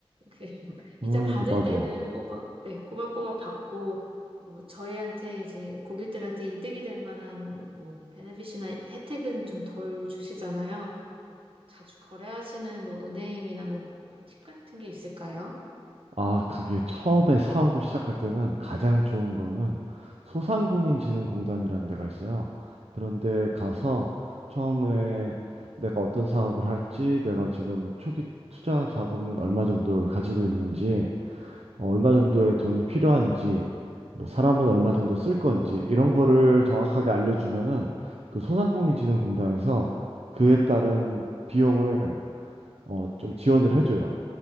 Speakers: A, on the right; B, on the right.
A: 이 <laughs> 이자
B: 음,
A: 받을
B: 맞아요.
A: 때는 꼬박, 네, 꼬박꼬박 받고, 뭐, 저희한테 이제 고객들한테 이득이 될 만한 뭐, 베네핏이나 혜택은 좀 덜 주시잖아요. 뭐 자주 거래하시는 뭐, 은행이나 뭐, 뭐 팁 같은 게 있을까요?
B: 아, 그게 처음에 사업을 시작할 때는 가장 좋은 거는 소상공인진흥공단이라는 데가 있어요. 그런데 가서 처음에 내가 어떤 사업을 할지, 내가 지금 초기 투자 자금은 얼마 정도를 가지고 있는지, 어, 얼마 정도의 돈이 필요한지, 뭐 사람은 얼마 정도 쓸 건지 이런 거를 정확하게 알려주면은 그 소상공인진흥공단에서 그에 따른 비용을 어, 좀 지원을 해줘요.